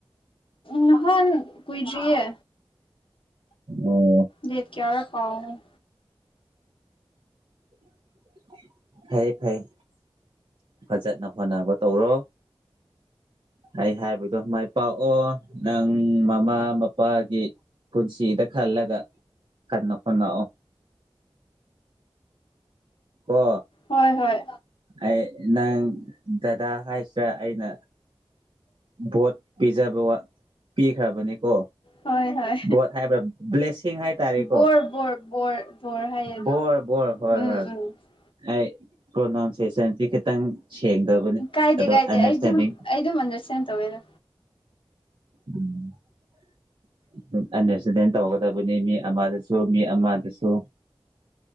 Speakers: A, on the left; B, on the right.
A: ꯅꯍꯥꯟ ꯀꯨꯏꯗ꯭ꯔꯤꯌꯦ
B: ꯑꯣ
A: ꯗꯦꯠ ꯀꯌꯥꯔ ꯀꯥꯎꯒ꯭ꯔꯦ
B: <inaudible> ꯐꯩꯌꯦ ꯐꯩꯌꯦ ꯐꯖꯅ ꯍꯣꯠꯅꯕ ꯇꯧꯔꯣ ꯑꯩ ꯍꯥꯏꯕꯗꯣ ꯃꯥꯏ ꯄꯥꯛꯑꯣ ꯅꯪ ꯃꯃꯥ ꯃꯄꯥꯒꯤ ꯄꯨꯟꯁꯤꯗ ꯈꯜꯂꯒ ꯀꯟꯅ ꯍꯣꯠꯅꯥꯑꯣ ꯀꯣ
A: ꯍꯣꯏ ꯍꯣꯏ
B: ꯑꯩ ꯅꯪ ꯗꯗꯥ ꯍꯥꯏꯁꯦ ꯑꯩꯅ ꯚꯣꯠ ꯄꯤꯖꯥ ꯕꯋꯥ ꯄꯤꯈ꯭ꯔꯕꯅꯦꯀꯣ
A: ꯍꯣꯏ ꯍꯣꯏ
B: ꯚꯣꯠ ꯍꯥꯏꯕ ꯕ꯭ꯂꯦꯁꯤꯡ ꯍꯥꯏ ꯇꯥꯔꯦꯀꯣ
A: ꯕꯣꯔ ꯕꯣꯔ ꯕꯣꯔ ꯕꯣꯔ ꯍꯥꯏꯌꯦ ꯑꯗꯨ
B: ꯕꯣꯔ ꯕꯣꯔ ꯍꯣꯏ
A: ꯎꯝ
B: ꯍꯣꯏ
A: ꯎꯝ
B: ꯑꯩ ꯄ꯭ꯔꯣꯅꯥꯎꯟꯁꯦꯁꯟꯁꯦ ꯈꯤꯇꯪ ꯁꯦꯡꯗꯕꯅꯤ
A: ꯀꯥꯏꯗꯦ
B: ꯑꯗꯣ
A: ꯀꯥꯏꯗꯦ
B: ꯑꯟꯗꯔꯁꯇꯦꯟꯗꯤꯡ
A: ꯑꯩ ꯗꯨꯝ ꯑꯩ ꯗꯨꯝ ꯑꯟꯗ꯭ꯔꯁꯇꯦꯟ ꯇꯧꯋꯦꯗ
B: ꯎꯝ <unintelligible> ꯁꯨ ꯃꯤ ꯑꯃꯗꯁꯨ